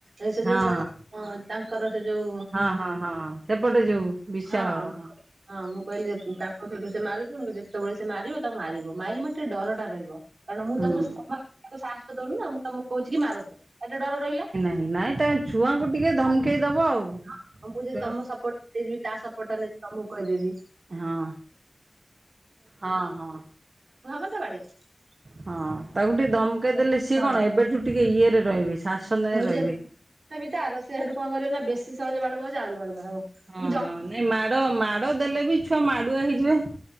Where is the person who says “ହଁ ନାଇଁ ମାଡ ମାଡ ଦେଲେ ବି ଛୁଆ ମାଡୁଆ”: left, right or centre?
Right